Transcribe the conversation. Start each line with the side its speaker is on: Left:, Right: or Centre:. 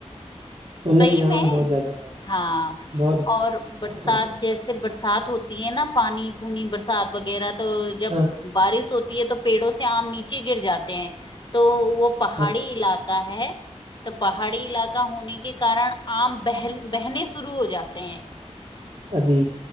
Right: मतलब
Left: सही
Right: कि आम
Left: में
Right: बहुत ज्यादा
Left: हाँ
Right: बहुत
Left: और बरसात
Right: हाँ
Left: जैसे बरसात होती है ना पानी पूनी बरसात वगैरह तो जब
Right: हाँ
Left: बारिश होती है तो पेड़ों से आम नीचे गिर जाते हैं तो वो पहाड़ी
Right: हाँ,
Left: इलाका है तो पहाड़ी इलाका होने के कारण आम बह बहने शुरू हो जाते हैं
Right: अरे